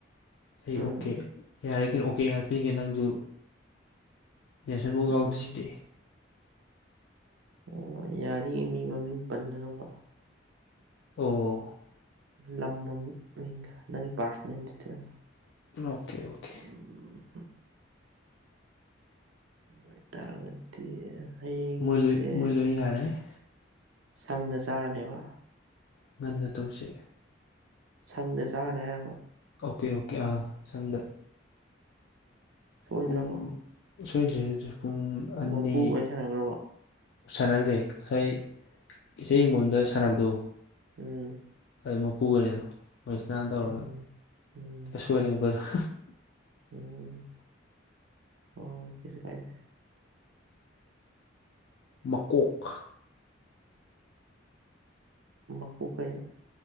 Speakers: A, on the left (about 65°); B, on the right (about 75°).
A: ꯑꯩ
B: ꯎꯝ
A: ꯑꯣꯀꯦ ꯌꯥꯔꯀꯩꯅꯣ ꯑꯣꯀꯦ ꯉꯥꯛꯇꯅꯤ ꯅꯪꯖꯨ ꯅꯦꯜꯁꯟꯕꯧ
B: ꯎꯝ
A: ꯌꯥꯎꯗꯤꯁꯤꯗꯤ
B: ꯑꯣ ꯌꯥꯔꯤꯉꯩ ꯃꯤ ꯃꯃꯤꯡ ꯄꯟꯗꯅꯕ ꯍꯣꯠꯅꯧ
A: ꯑꯣ
B: ꯂꯝ ꯃꯃꯤꯡꯒ ꯅꯪꯒꯤ ꯄꯥꯔꯁꯅꯦꯜ ꯗꯤꯇꯦꯜ
A: ꯑꯣꯀꯦ ꯑꯣꯀꯦ
B: ꯎꯝ ꯑꯗꯨ ꯑꯣꯏꯇꯥꯔꯒꯗꯤ ꯍꯌꯦꯡꯖꯦ
A: ꯃꯣꯏ ꯂꯣꯏ ꯃꯣꯏ ꯂꯣꯏ ꯌꯥꯔꯦ
B: ꯁꯪꯗ ꯆꯥꯔꯅꯦꯕ
A: ꯉꯟꯅ ꯇꯧꯁꯦ
B: ꯁꯪꯗ ꯆꯥꯔꯦꯅꯤ ꯍꯥꯏꯔꯕ
A: ꯑꯣꯀꯦ ꯑꯣꯀꯦ ꯑꯥ ꯁꯪꯗ
B: ꯁꯣꯏꯗ꯭ꯔꯕꯣ
A: ꯄꯨꯡ ꯁꯣꯏꯗ꯭ꯔꯦ ꯑꯗꯨꯗꯤ ꯄꯨꯡ ꯑꯅꯤ
B: ꯃꯄꯨ ꯋꯥꯔꯤ ꯁꯥꯟꯅꯈ꯭ꯔꯕꯣ
A: ꯁꯥꯟꯅꯒ꯭ꯔꯦ ꯉꯁꯥꯏ ꯏꯁꯩ ꯌꯦꯡꯕꯝꯗ ꯁꯥꯟꯅꯕꯗꯣ
B: ꯎꯝ
A: ꯑꯗꯨ ꯃꯈꯨꯒꯅꯦ ꯃꯩꯁꯥꯅ ꯇꯧꯔꯒ
B: ꯎꯝ ꯎꯝ
A: ꯑꯦ ꯁꯣꯏꯔꯦ ꯑꯃꯨꯛꯀꯁꯨ
B: ꯎꯝ ꯑꯣ ꯀꯩꯁꯨ ꯀꯥꯏꯗ
A: ꯃꯀꯣꯛ
B: ꯃꯀꯣ ꯀꯔꯤ